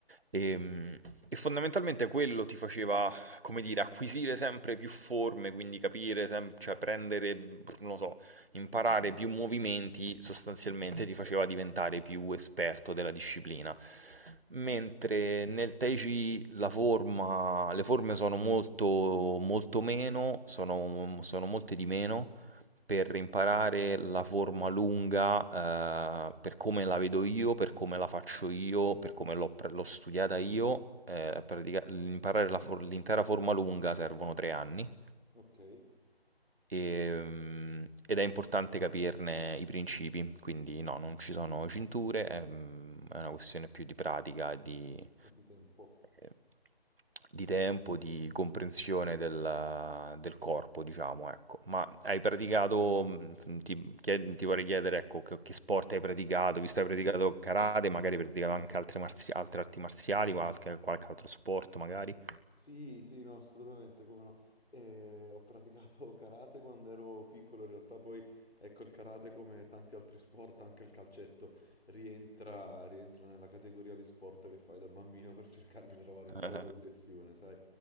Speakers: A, on the right; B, on the left.
A: Ehm, E, fondamentalmente quello ti faceva, come dire, acquisire sempre più forme, quindi capire, sem- cioè prendere, non lo so, imparare più movimenti, sostanzialmente ti faceva diventare più esperto della disciplina. Mentre nel Tai Chi la forma, le forme sono molto, molto meno, sono, sono molte di meno per imparare la forma lunga, eh, per come la vedo io, per come la faccio io, per come l'ho pre- l'ho studiata io, eh, pratica- imparare la for- l'intera forma lunga servono tre anni.
B: ok,
A: Ehm, ed è importante capirne i principi, quindi no, non ci sono cinture, è, mm, è una questione più di pratica e di,
B: quanto tempo?
A: ehm, di tempo, di comprensione del del corpo, diciamo, ecco. Ma hai praticato, mhmm, f ti chie ti vorrei chiedere, ecco, che che sport hai praticato, visto che hai praticato karate, magari hai praticato anche altre marzia altre arti marziali, qualche qualche altro sport magari?
B: Sì, sì, no, assolutamente, come no. Eh, ho praticato <laughs> karate quando ero piccolo, in realtà poi, ecco, il karate come tanti altri sport, anche il calcetto, rientra, rientra nella categoria di sport che fai da bambino per cercare di trovare un
A: <laughs>
B: po' la tua direzione, sai?